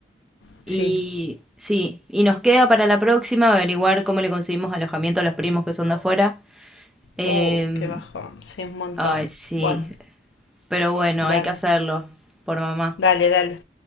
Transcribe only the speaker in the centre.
y sí, y nos queda para la próxima averiguar cómo le conseguimos alojamiento a los primos que son de afuera. Em,
ay, sí.
Pero bueno,
hay que hacerlo por mamá.